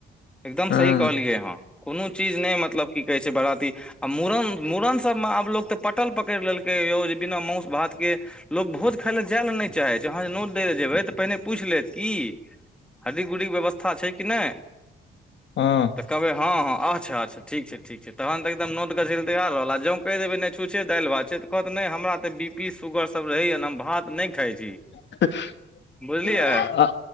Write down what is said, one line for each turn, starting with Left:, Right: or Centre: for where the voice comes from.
Centre: एकदम
Left: हँ
Centre: सही कहलियै अहाँ। कोनो चीज नै मतलब की कहै छै बारती आ मूड़न। मूड़न सबमें आब लोक तऽ पटल पकड़ि लेलकै यौ जे बिना मउस-भातके। लोक भोज खाय लए जाय लए नै चाहै छै, अहाँ नोत दै ले जेबै। पहिने पूछि लेत की हड्डी-गुडी व्यवस्था छै कि नै।
Left: हँ।
Centre: तऽ कहबै हँ हँ अच्छा -अच्छा ठीक छै, ठीक छै तहन तऽ एकदम नोत गैछै लेल तैयार रहल आ जँ कहि देबै नै। छूछे दालि-भात छै तऽ कहत नै हमरा तऽ बी पी- सुगर सब रहैये ने हम भात नै खाइ छी।
Left: आ
Centre: बुझलियै